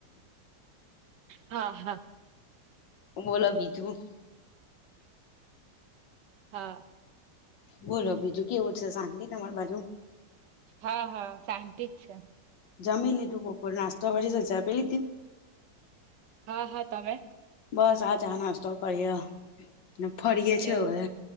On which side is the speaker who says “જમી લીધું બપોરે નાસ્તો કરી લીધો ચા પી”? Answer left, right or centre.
Left